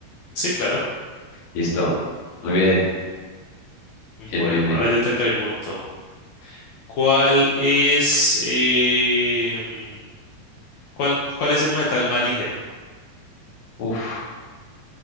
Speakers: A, on the left; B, on the left.
A: sí, claro.
B: Listo. Muy bien.
A: Bueno,
B: Bien, bien, bien.
A: ahora yo te pregunto, ¿cuál es, em, cuál, cuál es el metal más ligero?
B: Uf,